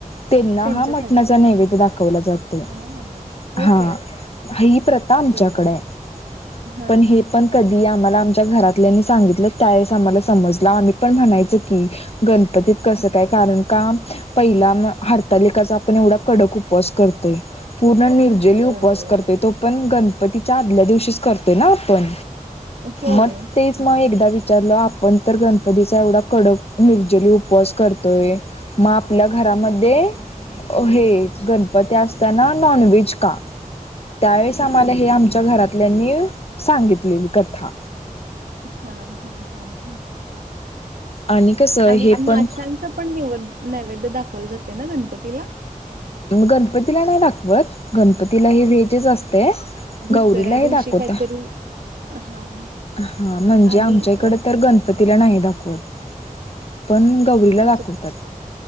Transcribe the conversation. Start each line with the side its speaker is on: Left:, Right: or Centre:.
Left: त्यांना
Right: त्यांच्यासाठी.
Left: हा म्हटणाचा नैवेद्य दाखवला जातोय.
Right: हां, होय
Left: हा
Right: काय?
Left: ही प्रथा आमच्याकडे
Right: बरं.
Left: आहे
Right: हां,
Left: पण हे पण कधी, आम्हाला आमच्या घरातल्या सांगितलं त्यावेळेस आम्हाला समजलं आम्ही पण म्हणायच की, गणपतीत कसं
Right: हं.
Left: काय कारण का पहिला हरतालिकेचा आपण एवढा कडक उपवास पूर्ण निर्जली उपवास
Right: करतोय.
Left: करते
Right: हां.
Left: तो पण गणपती पण तिच्या आदल्या दिवशीच करतोय ना आपण
Right: होय.
Left: मग तेच
Right: हां,
Left: मग एकदा विचारलं आपण तर गणपतीचा एवढा कडक. निर्जली उपवास करतोय. मग आपल्या घरामध्ये
Right: हां,
Left: हे गणपती असताना, नॉनव्हेज का त्यावेळेस हे आम्हाला
Right: हां,
Left: आमच्या घरातल्यांनी सांगितलेली कथा
Right: हा-हा-हा हा.
Left: आणि कसं
Right: आणि
Left: हे
Right: माशांच
Left: पण
Right: पण नद नैवेद्य दाखवलं जाते ना गणपतीला
Left: गणपतीला नाही दाखवत गणपतीला हे व्हेजच असते ते
Right: दुसऱ्या
Left: गौरीलाही
Right: दिवशी
Left: दाखवता.
Right: काहीतरी हां
Left: हा म्हणजे
Right: आणि
Left: आमच्या इकडे
Right: अ,
Left: तर गणपतीला
Right: हां,
Left: नाही दाखवत पण गौरीला
Right: म्हणजे
Left: दाखवतात